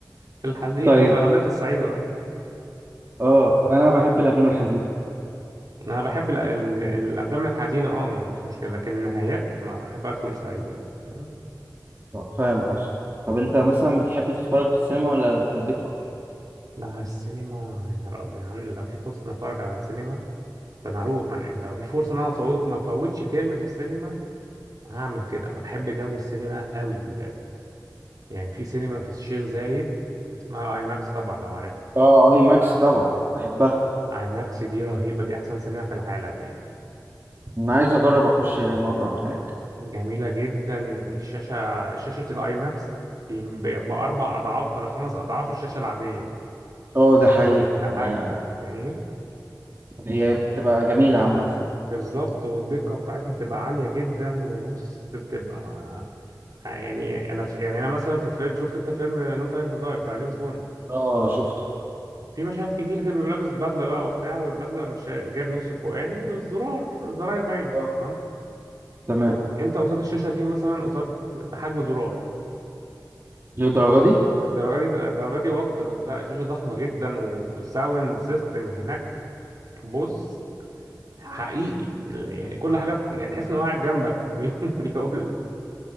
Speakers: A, on the right; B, on the right.
A: في الحزينه
B: طيب
A: <laughs> فخلينا في السعيده قصدي
B: اه انا بحب الافلام الحزينة
A: انا بحب ال- ال- الافلام الحزينه اه ما عنديش مشكله لكن النهايات ما احبها تكون سعيده يعني فاهم
B: آه، فاهم قصدي طب انت مثلا بتحب تتفرج في السينما ولا في البيت اكتر
A: لا السينما يا نهار ابيض يعني لو في فرصه إني اتفرج على السينما فانا هروح يعني لو في فرصه ان انا أفوت ما افوتش فيلم في السينما هعمل كده انا بحب جو السينما قوي بجد يعني في سينما في الشيخ زايد اسمها الاي ماكس طبعا لو عارفها
B: اه اي ماكس طبعا بحبها
A: اي ماكس دي رهيبه دي احسن سينما في العالم يعني
B: انا عايز اجرب اخش مره هناك
A: جميله جدا الشاشه شاشه الاي ماكس باربع اضعاف ولا خمس اضعاف الشاشه العاديه
B: اه ده حقيقه
A: حجم
B: يعني
A: فاهمني
B: هي بتبقى جميله عامه
A: بالظبط والدقة بتاعتها بتبقى عالية جدا وبص بتبقى مع... يعني انا ف... يعني انا مثلا في فيلم شفت انت فيلم نو تايم تو داي بتاع جيمس بوند
B: اه شفته
A: في مشاهد كتير كده بيبقى لابس بدلة بقى وبتاع والبدلة مش جايب نص الفوقاني والزرار الزراير باينة
B: اه
A: تمام
B: تمام
A: انت أنت قصاد الشاشة دي مثلا قصاد بحجم زرار
B: للدرجه دي
A: الدرجة دي الدرجة دي واكتر ده الشاشة ضخمة جدا و- والساوند سيستم هناك بص حقيقي يعني كل حاجة بت- يعني تحس انه قاعد جنبك <laughs> بيقول